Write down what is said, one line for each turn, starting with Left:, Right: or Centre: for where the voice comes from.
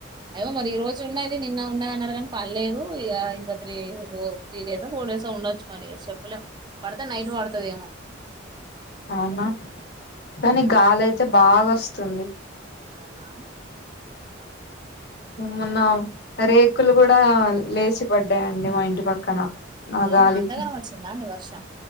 Right: అయ్యో మరి ఈ రోజు ఉన్నాయి ది నిన్న ఉండదు అన్నారు గానీ పర్లేదు ఇగా ఇంకా త్రీ ఫోర్ త్రీ డేసో, ఫోర్ డేసో ఉండొచ్చు మరి చెప్పలేం పడతే నైట్ పడతద ఏమో
Left: అవునా కానీ గాలి అయితే బాగా వస్తుంది
Right: అవునా ఉమ్.
Left: మొన్న రేకులు కూడా లేచి పడ్డాయండి మా ఇంటి పక్కన ఆ
Right: అవున
Left: గాలికి
Right: అంతగాని వచ్చిందా అండి వర్షం